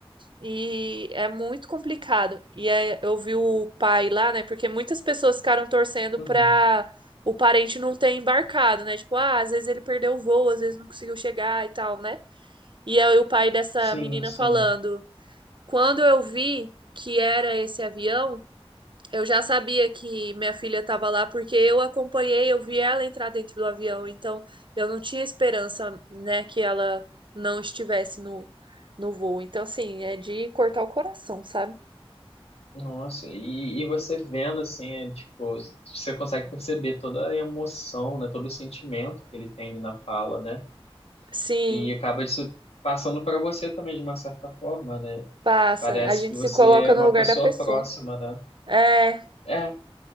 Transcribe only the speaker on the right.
E é muito complicado. E é- eu vi o pai lá, né? Porque muitas pessoas ficaram torcendo
pra o parente não ter embarcado, né? Tipo, ah, às vezes ele perdeu o voo, às vezes não conseguiu chegar e tal, né? E aí o pai dessa
menina
falando: quando eu vi que era esse avião. Eu já sabia que minha filha estava lá porque eu acompanhei, eu vi ela entrar dentro do avião, então eu não tinha esperança, né, que ela não estivesse no, no voo. Então, assim, é de cortar o coração, sabe?
Sim,
passa.
A gente
se coloca
no lugar
da pessoa.
É,